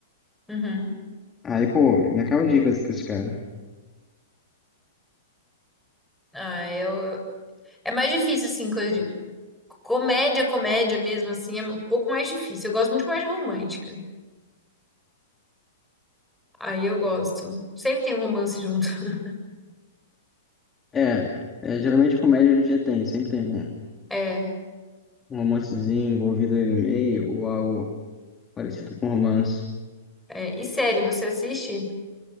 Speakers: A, in the centre; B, on the left.
A: Uhum.
B: Aí, pô, me acaba de ir com esse com esse cara.
A: Ah, eu... É mais difícil, assim, coisa de... Comédia, comédia mesmo, assim, é um pouco mais difícil. Eu gosto muito de comédia romântica. Aí eu gosto. Sempre tem um romance junto. <laughs>
B: É, é, geralmente comédia hoje em dia tem, sempre tem um
A: É,
B: um romancezinho envolvido aí no meio, ou algo parecido com romance.
A: é. E série, você assiste?